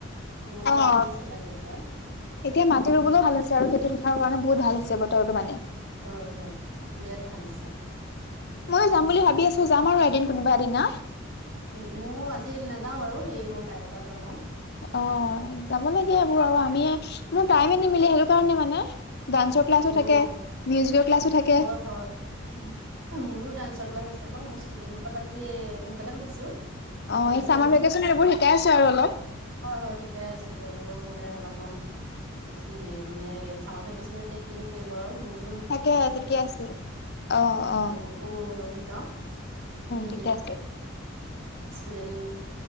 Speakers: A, on the right (about 85°); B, on the left (about 50°).
A: মই মানে
B: অ',
A: বহি আছো বাহিৰতে আৰু
B: এতিয়া মাটি
A: উম
B: ৰুবলৈও ভাল হৈছে আৰু খেতি পথাৰৰ কাৰণে বহুত ভাল হৈছে বতৰটো মানে
A: হয় হয় বিৰাট ভাল হৈছে আহ
B: ময়ো যাম বুলি ভাবি আছো যাম আৰু এদিন কোনোবা এদিনা
A: উম ময়ো আজি নাযাও বাৰু সেই মই কাইলৈৰ পৰা যাম আৰু
B: অ যাব লাগে এইবোৰ আৰু
A: কাইলৈ
B: আমি
A: উম
B: মোৰ টাইমে নিমিলে সেইটো কাৰণে মানে ডান্সৰ ক্লাছো
A: অ
B: থাকে মিউজিকৰ ক্লাছো থাকে
A: হয়, হয় উম এখন মোৰো ডান্সৰ ক্লাছ আছে বাও মোৰ ষ্টুডেন্টসকল আজি সোনকালে মাতিছো
B: অ
A: তেওঁলোকো
B: এই চামাৰ
A: আহিব
B: ভেকেশচনত এইবোৰ শিকাই আছো আৰু অলপ
A: হয় হয় শিকাই আছো তেওঁলোকক মানে অলপমান সি মানে চামাৰ ভেকেশচনতনো এতিয়া কিনো কৰিব আৰু মোৰ
B: তাকে ঠিকে আছে অ অ
A: কবোও শিকাও উম
B: ঠিকে আছে
A: ষ্টুডেন্ট